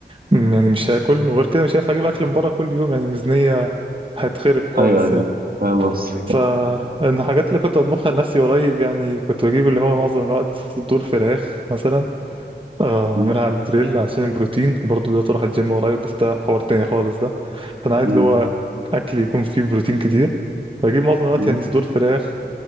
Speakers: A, on the right; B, on the right.
A: م، يعني مش هاكل وغير كده مش هينفع اجيب اكل من بره كل يوم يعني ميزانيه هتخرب خالص
B: ايوه ايوه
A: يعني
B: فاهم قصدك
A: ف
B: <laughs>
A: إن الحاجات اللي كنت اطبخها لنفسي قريب يعني كنت بجيب اللي هو معظم الوقت صدور فراخ مثلا آه،
B: مم.
A: اعملها على الجريل عشان البروتين برضه بدأت اروح الجيم قريب بس ده حوار تاني خالص ده فانا عايز
B: مم.
A: اللي هو اكل يكون فيه بروتين كتير بجيب معظم الوقت
B: مم.
A: يعني صدور فراخ